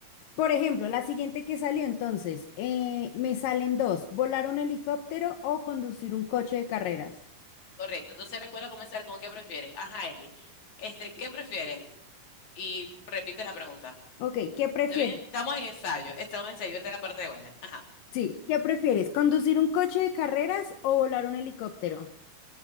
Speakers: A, on the left; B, on the left.
A: por ejemplo, la siguiente que salió entonces, eh, me salen dos, volar un helicóptero o conducir un coche de carreras.
B: Correcto. Entonces recuerda comenzar con ¿qué prefieres? Ajá, Eli. Este, ¿qué prefieres? Y repite la pregunta.
A: Ok, ¿qué prefieres?
B: ¿Está bien? Estamos en ensayo. Estamos en ensayo. Esta es la parte buena. Ajá.
A: Sí, ¿qué prefieres? ¿Conducir un coche de carreras o volar un helicóptero?